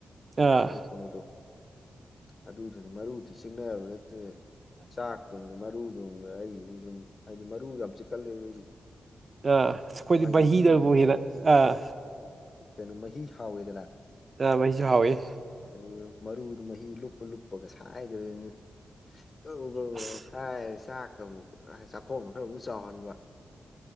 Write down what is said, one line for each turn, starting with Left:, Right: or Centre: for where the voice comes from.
Right: ꯑꯥ
Left: ꯀꯩꯅꯣꯗꯣ ꯑꯗꯨꯗꯨꯅ ꯃꯔꯨꯗꯤ ꯆꯤꯛꯅꯕꯗ ꯆꯥꯛꯇꯨꯝꯒ ꯃꯔꯨꯗꯨꯝꯒ ꯑꯩꯒꯤꯗꯤ ꯑꯗꯨꯝ ꯍꯥꯏꯗꯤ ꯃꯔꯨ ꯌꯥꯝ ꯆꯤꯛꯀꯜꯂꯦꯕ ꯑꯩꯗꯤ
Right: ꯑꯥ ꯑꯩꯈꯣꯏꯗꯤ
Left: ꯃꯥꯒꯤ
Right: ꯕꯍꯤꯅꯕꯨ
Left: ꯃꯍꯤ
Right: ꯍꯦꯟꯅ ꯑꯥ
Left: ꯀꯩꯅꯣ ꯃꯍꯤ ꯍꯥꯎꯋꯦꯗꯅ
Right: ꯉꯥ ꯃꯍꯤꯁꯨ ꯍꯥꯎꯏꯤ
Left: ꯑꯗꯨ ꯃꯔꯨꯗꯨ ꯃꯍꯤ ꯂꯨꯞꯄ ꯂꯨꯞꯄꯒ ꯁꯥꯏꯇꯧꯔꯤꯝꯅꯤ ꯀꯧ ꯀꯧ
Right: ꯑꯁ
Left: ꯂꯥꯎ ꯁꯥꯏꯔꯒ ꯆꯥꯛꯇ ꯑꯃꯨꯛ ꯆꯥꯛꯈꯣꯡꯗꯣ ꯈꯔ ꯑꯃꯨꯛ ꯆꯥꯎꯍꯟꯕ